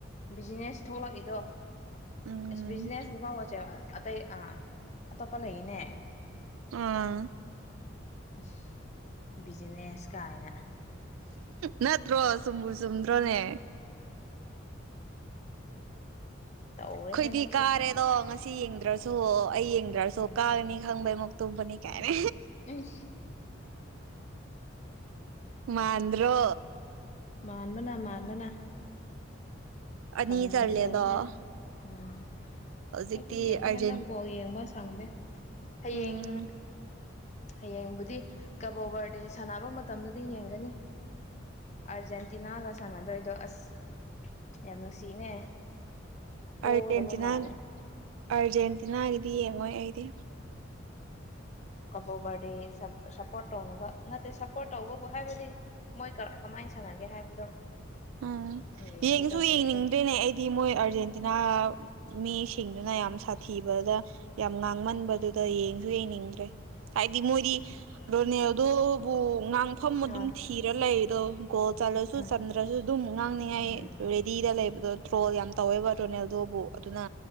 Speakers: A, on the left (about 35°); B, on the right (about 85°).
A: ꯕꯤꯖꯤꯅꯦꯁ ꯊꯣꯛꯂꯛꯏꯗꯣ
B: ꯎꯝ
A: ꯏꯁ ꯕꯤꯖꯤꯅꯦꯁꯀꯤ ꯐꯥꯎ ꯋꯥꯆꯦꯞ ꯑꯥ ꯑꯇꯩ ꯑꯥ ꯑꯇꯣꯞꯄ ꯂꯩꯌꯦꯅꯦ
B: ꯎꯝ
A: ꯏꯁ ꯕꯤꯖꯤꯅꯦꯁ ꯀꯥꯏꯅ
B: ꯅꯠꯇ꯭ꯔꯣ ꯆꯨꯝꯕꯨ ꯆꯨꯝꯗ꯭ꯔꯣꯅꯦ
A: ꯇꯧꯔꯦꯍꯦ
B: ꯑꯈꯣꯏꯗꯤ
A: ꯅꯪꯁꯨ
B: ꯀꯥꯔꯦꯗꯣ ꯉꯁꯤ ꯌꯦꯡꯗ꯭ꯔꯁꯨ ꯑꯩ ꯌꯦꯡꯗ꯭ꯔꯁꯨ
A: ꯎꯝ
B: ꯀꯥꯒꯅꯤ ꯈꯪꯕꯩꯃꯨꯛ ꯇꯨꯝꯕꯅꯤ ꯀꯥꯏꯅ
A: ꯑꯩꯁ
B: ꯃꯥꯟꯗ꯭ꯔꯣ
A: ꯃꯥꯟꯕꯅ ꯃꯥꯟꯕꯅ
B: ꯑꯅꯤ
A: ꯈꯪꯅꯦ
B: ꯆꯜꯂꯦꯗꯣ
A: ꯇꯧꯋꯦꯍꯦ ꯎꯝ
B: ꯍꯧꯖꯤꯛꯇꯤ
A: ꯑꯩꯗꯤ ꯌꯦꯡꯗꯦꯅ
B: ꯑꯥꯔꯖꯦꯟ
A: ꯅꯪ ꯕꯣꯜ ꯌꯦꯡꯕ ꯁꯪꯗꯦ ꯍꯌꯦꯡ
B: ꯎꯝ
A: ꯍꯌꯦꯡꯕꯨꯗꯤ ꯀꯕꯣꯕꯔꯗꯦ ꯁꯥꯟꯅꯕ ꯃꯇꯝꯗꯗꯤ ꯌꯦꯡꯒꯅꯤ ꯑꯥꯔꯖꯦꯟꯇꯤꯅꯥꯒ ꯁꯥꯟꯅꯗꯣꯏꯗꯣ ꯑꯁ ꯌꯥꯝ ꯅꯨꯡꯁꯤꯅꯦ ꯄꯣꯒꯗꯕ
B: ꯑꯥꯔꯒꯦꯟꯇꯤꯅꯥ
A: ꯃꯥꯜꯂꯦ
B: ꯑꯥꯔꯖꯦꯟꯇꯤꯅꯥꯒꯤꯗꯤ ꯌꯦꯡꯉꯣꯏ ꯑꯩꯗꯤ
A: ꯀꯕꯣꯕꯔꯗꯦ ꯁꯞ ꯁꯞꯄꯣꯔꯠ ꯇꯧꯅꯕ ꯅꯠꯇꯦ ꯁꯞꯄꯣꯔꯠ ꯇꯧꯕꯕꯨ ꯍꯥꯏꯕꯗꯤ ꯃꯣꯏ ꯀꯥ ꯀꯃꯥꯏꯟ ꯁꯥꯟꯅꯒꯦ ꯍꯥꯏꯕꯗꯣ
B: ꯎꯝ
A: ꯌꯦꯡꯒꯦ
B: ꯌꯦꯡꯁꯨ
A: ꯇꯧꯕꯅꯤꯗ
B: ꯌꯦꯡꯅꯤꯡꯗꯦꯅꯦ ꯑꯩꯗꯤ ꯃꯣꯏ ꯑꯥꯔꯖꯦꯟꯇꯤꯅꯥ ꯃꯤꯁꯤꯡꯗꯨꯅ ꯌꯥꯝ ꯁꯥꯊꯤꯕꯗ ꯌꯥꯝ ꯉꯥꯡꯃꯟꯕꯗꯨꯗ ꯌꯦꯡꯁꯨ ꯌꯦꯡꯅꯤꯡꯗ꯭ꯔꯦ ꯍꯥꯏꯗꯤ ꯃꯣꯏꯗꯤ ꯔꯣꯅꯦꯜꯗꯣꯕꯨ ꯉꯥꯡ ꯐꯝ ꯑꯗꯨꯝ
A: ꯑꯥ
B: ꯊꯤꯔ ꯂꯩꯗꯣ ꯒꯣꯜ ꯆꯜꯂꯁꯨ
A: ꯎꯝ
B: ꯆꯟꯗ꯭ꯔꯁꯨ ꯑꯗꯨꯝ ꯉꯥꯡꯅꯤꯡꯉꯥꯏ
A: ꯎꯝ
B: ꯔꯦ ꯗꯤꯗ ꯂꯩꯕꯗꯣ ꯇ꯭ꯔꯣꯜ ꯌꯥꯝ ꯇꯧꯋꯦꯕ ꯔꯣꯅꯦꯜꯗꯣꯕꯨ ꯑꯗꯨꯅ